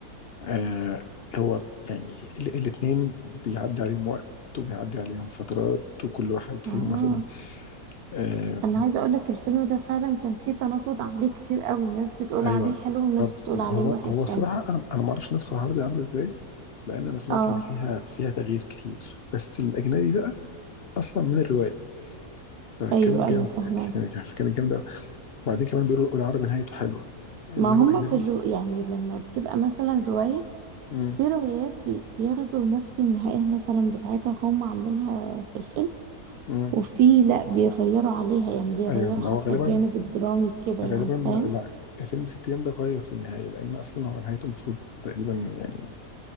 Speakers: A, on the left (about 55°); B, on the right (about 80°).
A: آه هو يعني ال- الاتنين بيعدي عليهم وقت وبيعدي عليهم فترات وكل واحد
B: اه
A: فيهم مثلا آه،
B: انا عايزه اقول لك الفيلم ده فعلا كان فيه تناقض عليه كتير قوي ناس بتقول
A: ايوه
B: عليه حلو وناس
A: طب
B: بتقول عليه
A: هو
B: وحش
A: هو الصراحه
B: يعني
A: انا انا ما اعرفش النسخه العربي عامله ازاي لان انا سمعت
B: اه
A: ان فيها فيها تغيير كتير بس الاجنبي بقى اصلا من الروايه فكانت
B: ايوه ايوه
A: جامده
B: فهمك
A: يعني فكانت فكانت جامده وبعدين كمان بيقولوا العربي نهايته حلوه انما
B: ما هم
A: الاجنبي
B: في الرو يعني لما بتبقى مثلا روايه
A: امم
B: في روايات بي... بياخدوا نفس النهايه مثلا بتاعتها هم عاملينها في الفيلم
A: امم
B: وفي لا بيغيروا عليها يعني بيغيروا
A: ايوه ما
B: حتى
A: هو غالبا
B: الجانب الدرامي كده
A: غالبا
B: يعني فاهم
A: لا فيلم ست ايام ده غير في النهايه لان اصلا هو نهايته المفروض تقريبا يعني